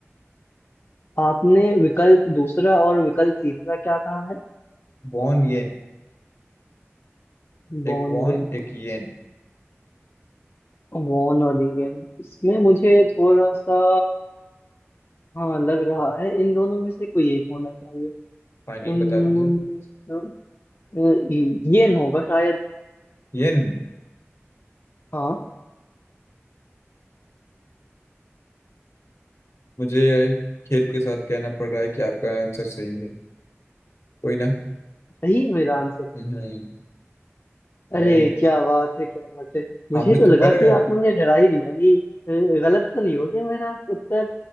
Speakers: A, on the left; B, on the left.
A: आपने विकल्प दूसरा और विकल्प तीसरा क्या कहा है
B: Won yen
A: बॉन्ड
B: एक वॉन एक येन
A: वॉन और रिगन इसमें मुझे थोड़ा सा हाँ लग रहा है इन दोनों में से कोई एक होना चाहिए
B: फाइनल
A: इन
B: बता
A: दोनों
B: दीजिए
A: में से अ, येन होगा शायद
B: येन
A: हाँ
B: मुझे खेद के साथ कहना पड़ रहा है कि आपका आंसर सही है कोई ना
A: सही है मेरा आंसर
B: हम्म,
A: अरे
B: मैंने
A: क्या बात है क्या बात है मुझे
B: आपने
A: तो
B: तुक्का
A: लगा
B: लगाया
A: कि
B: था
A: आपने मुझे डरा ही दिया कि अ, गलत तो नहीं हो गया मेरा उत्तर